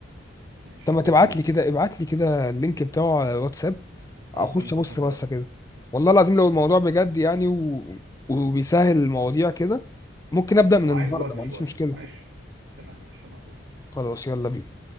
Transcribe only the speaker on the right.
ماشي
على
اليوتيوب
خلاص
انا بعتلك
دلوقتي
ماشي
تمام
او
عايز وقت
شويه
ماشي تمام ماشي هبعتهولك